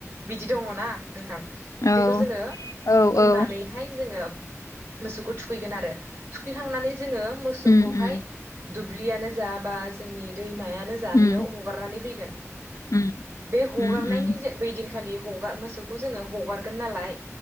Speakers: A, on the right; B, on the left.
A: बिदि दंङ ना नोंथां
B: औ
A: बेखौ जोंङो
B: औ
A: बुंनानैहाय
B: औ
A: जोंङो मोसौखौ थुखैगोन आरो थुखैखांनानै जोंङो मोसौखौहाय
B: उम उम
A: दुब्लियानो जा बा जोंनि दैमाया नो जा
B: उम
A: बेयाव हगारनानै फैगोन
B: उम
A: बे हगारनायनि
B: उम उम
A: बै दिनखालि हगा मोसौखौ जोंङो हगारगोन नालाय